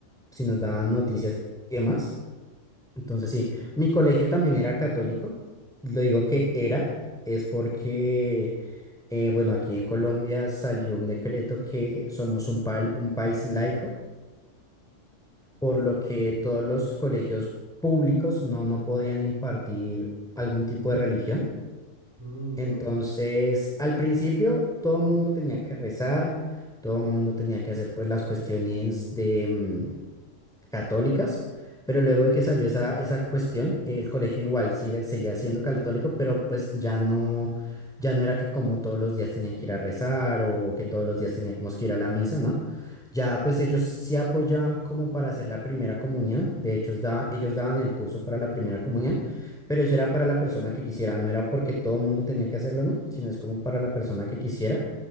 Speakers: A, in the centre; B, on the right (about 25°).
A: si nos daban noticias y demás. Entonces, sí, mi colegio también era católico. Lo digo que era, es porque, eh, bueno, aquí en Colombia salió un decreto que somos un, pal- un país laico, por lo que todos los colegios públicos no, no podían impartir algún tipo de religión.
B: Mm,
A: Entonces,
B: ya veo.
A: al principio, todo el mundo tenía que rezar, todo el mundo tenía que hacer pues las cuestiones de mm, católicas, pero luego de que salió esa, esa cuestión, el colegio igual sigue, seguía siendo católico, pero pues ya no, ya no era que como todos los días tenían que ir a rezar o que todos los días teníamos que ir a la misa, ¿no? Ya pues ellos sí apoyaban como para hacer la primera comunión, de hecho ellos daban, ellos daban el curso para la primera comunión, pero eso era para la persona que quisiera, no era porque todo el mundo tenía que hacerlo, ¿no? Sino es como para la persona que quisiera.